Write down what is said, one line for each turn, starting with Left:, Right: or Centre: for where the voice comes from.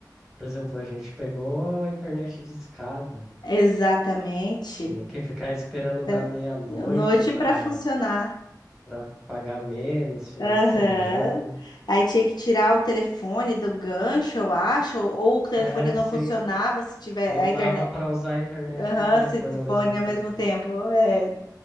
Centre: Por exemplo, a gente pegou a internet de escada.
Left: <laughs> Exatamente.
Centre: Tinha que ficar esperando
Left: Era
Centre: dar meia-noite
Left: noite
Centre: para
Left: pra funcionar.
Centre: para pagar menos, final
Left: Aham.
Centre: de semana.
Left: Aí tinha que tirar o telefone do gancho, eu acho, ou, ou o telefone
Centre: É,
Left: não
Centre: sim,
Left: funcionava se tiver
Centre: não
Left: a internet.
Centre: dava para usar a internet
Left: Aham,
Centre: e telefone
Left: se t-
Centre: ao
Left: fone
Centre: mesmo tempo.
Left: ao mesmo tempo. é.